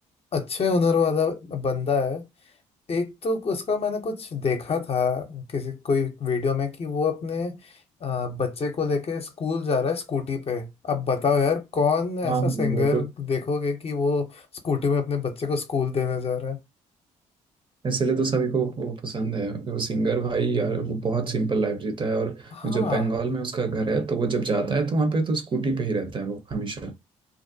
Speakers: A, on the left; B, on the right.
A: अच्छे हुनर वाला बंदा है एक तो उसका मैंने कुछ देखा था किसी कोई वीडियो में कि वो अपने अ, बच्चे को लेके स्कूल जा रहा है स्कूटी पे अब बताओ यार कौन ऐसा
B: हाँ
A: सिंगर
B: वो तो
A: देखोगे कि वो स्कूटी में अपने बच्चे को स्कूल देने जा रहा है
B: इसलिए तो सभी को वो पसंद है वो सिंगर भाई यार वो बहुत सिंपल लाइफ जीता है और
A: हाँ
B: वो जब बंगाल में उसका घर है तो वो जब जाता है तो वहाँ पे तो स्कूटी पे ही रहता है वो हमेशा